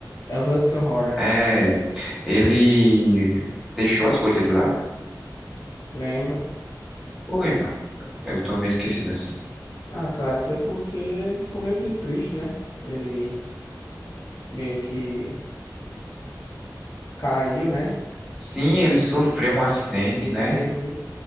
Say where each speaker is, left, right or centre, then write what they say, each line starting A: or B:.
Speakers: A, on the left; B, in the centre.
A: é o Hudson Hornet,
B: é, ele deixou as coisas de lado?
A: lembro.
B: Por quê, mano? Eu tô meio esquecido assim.
A: Ah, cara, foi porque ele ficou meio que triste, né? Ele meio que caiu, né?
B: Sim,
A: De
B: ele sofreu um acidente,
A: um acidente.
B: né?